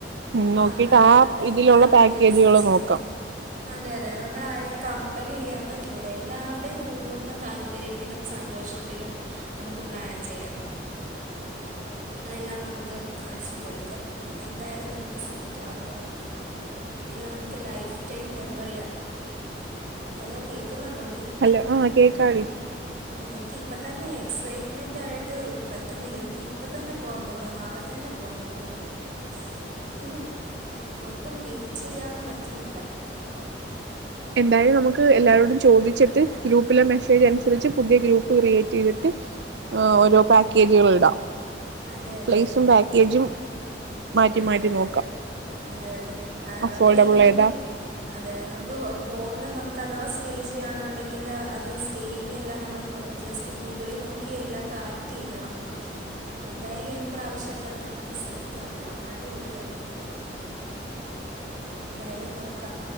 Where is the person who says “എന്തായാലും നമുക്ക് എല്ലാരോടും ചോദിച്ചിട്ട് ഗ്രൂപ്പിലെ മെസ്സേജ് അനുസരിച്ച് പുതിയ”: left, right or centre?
Right